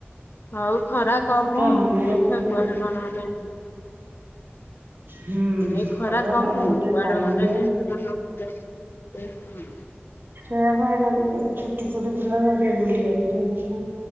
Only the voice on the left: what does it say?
ହଉ ଖରା କମୁ
ଦେଖିବା
କୁଆଡେ ନହେନେ ଗୋଟେ
ଏ ଖରା କମୁ
କୁଆଡେ
ଗୋଟେ ଯିବା। <unintelligible> ଏ ଏ ହଁ।